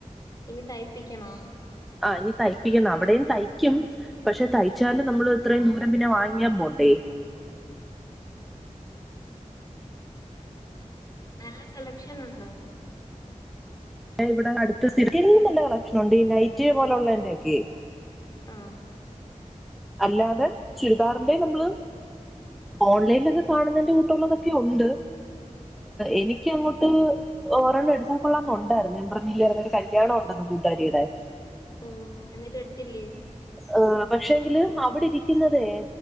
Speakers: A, on the left; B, in the centre.
A: ഇനി തയ്പ്പിക്കണോ
B: ആ ഈ തയ്പ്പിക്കണം അവിടെയും തയ്ക്കും പക്ഷെ തയ്ച്ചാല നമ്മൾ ഇത്രയും ദൂരം പിന്നെ വാങ്ങിയാ പോണ്ടേ
A: ആ നല്ല സെലക്ഷൻ ഉണ്ടോ
B: ഇവിടെ അടുത്ത സല്ലും നല്ല കളക്ഷന ഉണ്ട് ഈ നൈറ്റി പോലെ ഉള്ളന്റെ ഒക്കെ
A: ആ
B: അല്ലാതെ ചുരിദാറിന്റെ നമ്മള് ഓൺലൈനിലൊക്കെ കാണുന്നതിന്റെ കൂട്ടുള്ളതൊക്കെ ഒണ്ട് എനിക്ക് അങ്ങോട്ട് ഓരെോണ്ണം എടുത്താൽ കൊള്ളാംന്നണ്ടായിരുന്നു ഞാൻ പറഞ്ഞില്ലയോ ഒരു കല്യാണം ഒണ്ടന്ന് കൂട്ടുകാരിയുടെ
A: ഓ എന്നിട്ട് എടുത്തില്ലേ
B: ഏ പക്ഷെ എങ്കില് അവിടെ ഇരിക്കുന്നതേ